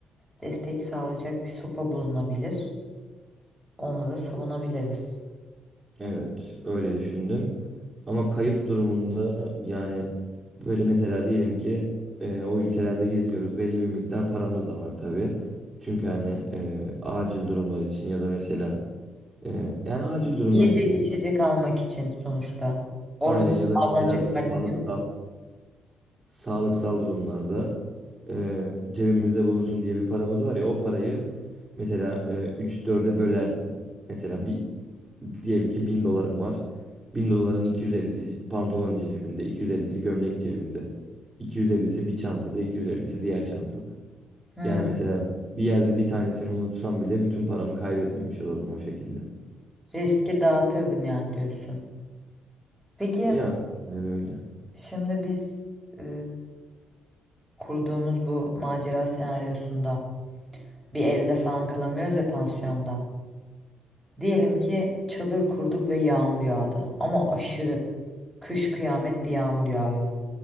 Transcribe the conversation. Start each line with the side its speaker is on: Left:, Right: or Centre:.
Centre: destek sağlayacak bir sopa bulunabilir. Onunla da savunabiliriz.
Right: Evet, öyle düşündüm. Ama kayıp durumunda yani böyle mesela diyelim ki e, o ülkelerde geziyoruz. Belli bir miktar paramız da var tabii. Çünkü hani e, acil durumlar için ya da mesela e, yani acil durumlar
Centre: Yiyecek
Right: için
Centre: içecek
Right: değil.
Centre: almak için sonuçta. Orman
Right: Aynen ya da
Centre: avlanacak
Right: mesela sağlıksal
Centre: halimiz yok.
Right: sağlıksal durumlarda e, cebimizde bulunsun diye bir paramız var ya o parayı mesela e, 3-4'e bölerdim. Mesela bir diyelim ki 1000 dolarım var. 1000 doların 250'si pantolon cebinde, 250'si gömlek cebinde, 250'si bir çantada, 250'si diğer çantada.
Centre: Hmm,
Right: Yani mesela bir yerde bir tanesini unutsam bile bütün paramı kaybetmemiş olurdum o şekilde.
Centre: riski dağıtırdım yani diyorsun. Peki
Right: Yani öyle.
Centre: şimdi biz e, kurduğumuz bu macera senaryosunda bir evde falan kalamıyoruz ya pansiyonda. Diyelim ki çadır kurduk ve yağmur yağdı. Ama aşırı kış kıyamet bir yağmur yağıyor.